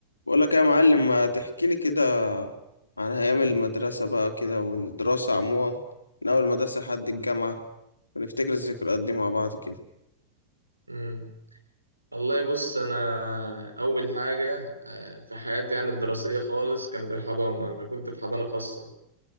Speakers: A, on the left; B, on the right.
A: بقول لك يا معلم ما تحكي لي كده عن ايام المدرسه بقى كده والدراسه عموما من اول المدرسه لحد الجامعه ونفتكر الذكريات دي مع بعض كده
B: مم. والله بص انا اول حاجه آه، في حياتي يعني الدراسيه خالص كانت الحضانه انا كنت في حضانه خاصه